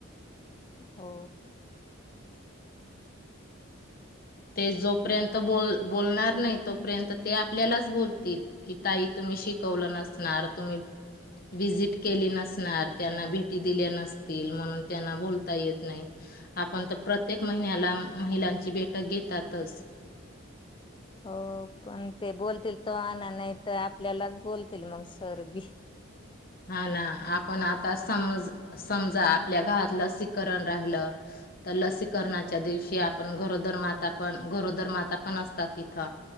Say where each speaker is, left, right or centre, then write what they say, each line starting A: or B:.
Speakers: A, on the left; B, on the left.
A: हो.
B: ते जोपर्यंत बोल बोलणार नाही, तोपर्यंत ते आपल्यालाच बोलतील कि, ताई तुम्ही शिकवलं नसणार तुम्ही विजिट केली नसणार, त्यांना भेटी दिल्या नसतील म्हणून त्यांना बोलता येत नाही, आपण तर प्रत्येक महिन्याला महिलांची भेट. ट गेतातच.
A: हो कोण ते बोलतील तवा. नाही तर आप आपल्यालाच बोलतील मग. सर्दी
B: हा ना आपण आता समज समजा आपल्या गावात, लसीकरण राहिलं तर लसीकरणाच्या दिवशी आपण गरोदर माता पण गरोदर माता पण असतात, तिथं